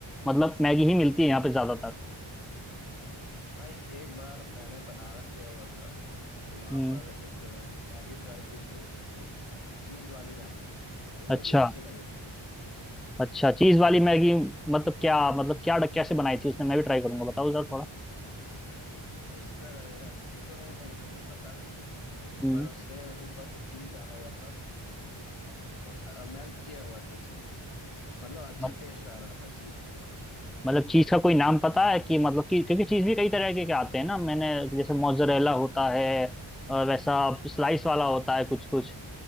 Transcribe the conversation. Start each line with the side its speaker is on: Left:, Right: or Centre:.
Centre: मतलब मैगी ही मिलती है यहाँ पे ज्यादातर
Left: भाई एक बार मैंने बनारस गया हुआ था तो वहां
Centre: हम्म
Left: पर एक मैगी ट्राई की थी चीज वाली मैगी तो वो
Centre: अच्छा
Left: भी अच्छे लगे थे
Centre: अच्छा चीज वाली मैगी मतलब क्या मतलब क्या कैसे बनाई थी उसने मैं भी ट्राई करूंगा बताओ जरा थोड़ा
Left: इसका रेसिपी तो मुझे पता नहीं है उस
Centre: हम्म
Left: पर उसने ऊपर से चीज डाला हुआ था मेल्ट किया हुआ था चीज मतलब अच्छा
Centre: मत-
Left: टेस्ट आ रहा था चीज का
Centre: मतलब चीज का कोई नाम पता है कि मतलब कि क्योंकि चीज भी कई तरह के के आते हैं ना मैंने जैसे मोzzरेला होता है और वैसा स्लाइस वाला होता है कुछ कुछ